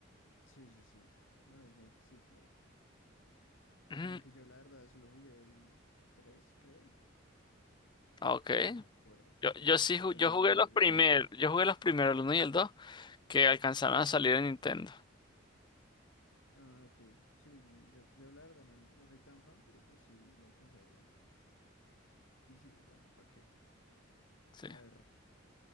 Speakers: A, on the left; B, on the left.
A: Sí, sí, sí. No, Snake, sí, claro.
B: Ujú,
A: Aunque yo la verdad solo jugué el 3 creo.
B: Ok.
A: No me acuerdo.
B: Yo, yo sí ju-
A: Pero
B: yo
A: sí,
B: jugué
A: no
B: los
A: jugué
B: primeros,
A: la saga.
B: yo jugué los primeros, el 1 y el 2 que alcanzaron a salir en Nintendo.
A: Ah, ok. Sí, no, yo, yo la verdad no, no soy tan fan, pero pues sí lo alcancé a jugar. Y sí, bueno, ¿para qué?
B: Sí.
A: A ver.